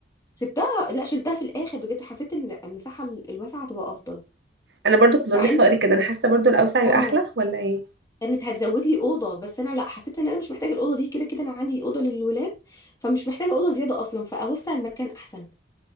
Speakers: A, on the left; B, on the right.
A: سبتها لا شلتها في الاخر بجد حسيت ان المساحه الواسعه هتبقى افضل
B: انا برضو كنت لسه
A: مع ان
B: هقولك كده انا حاسة برضو الاوسع يبقى
A: اه
B: احلى ولا ايه
A: كانت هتزود لي اوضه بس انا لا حسيت ان انا مش محتاجه الاوضه دي كده كده انا عندي اوضه للولاد فمش محتاجه اوضه زياده اصلا فاوسع المكان احسن